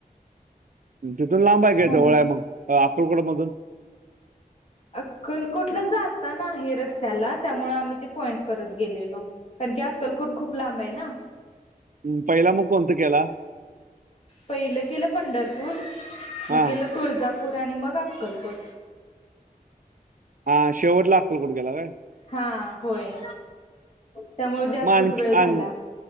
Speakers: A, on the right (about 60°); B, on the left (about 40°).
A: म तिथून लांब आहे
B: छान
A: जवळ आहे मग अ अकुलकोड मधून
B: अक्कलकोटला जाता ना आहे रस्त्याला त्यामु आम्ही ते पॉइंट करत गेलेलो. कारण की हा आकलकोट खूप लांब आहे ना.
A: हुं पहिला मग कोणत केला.
B: पहिलं केलं पंढरपूर
A: हा
B: मग केलं तुळजापूर आणि मग अक्कलकोट
A: हा शेवटला आककलकोट केला व्हय.
B: हा होय. त्यामुळे जास्तच
A: मग आणखी
B: वेळ झाला
A: आण